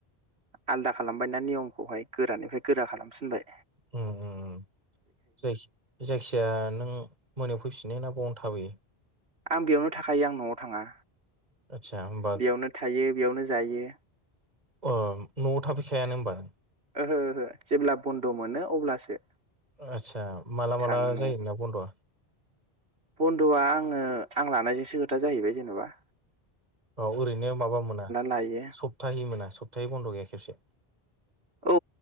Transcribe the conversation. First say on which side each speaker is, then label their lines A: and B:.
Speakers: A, on the right (about 80°); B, on the right (about 40°).
A: आलदा खालामबाय ना नियमखौहाय गोरानिफ्राय गोरा खालामसिनबाय।
B: उम उम उम जाय-जायखिया नों मोनायाव फैफिनो ना बावनो थाबोयो।
A: आं बेयावनो थाखायो आं न'आव थाङा।
B: आस्सा होम्बा
A: बेयावनो थायो बेयावनो जायो।
B: अ न'आव थाफैखायानो होमबा नों?
A: ओहो ओहो जेब्ला बन्द' मोनो अब्लासो।
B: आत्सा माला
A: थाङो
B: माला
A: न'आव
B: जायो नोंना बन्द'आ?
A: बन्द'आ आङो आं लानायजोंसो खोथा जाहैबाय जेन'बा।
B: औ ओरैनो माबा मोना
A: लायो
B: सप्ताहै मोना सप्ताहै बन्द' गैया खेबसे?
A: औ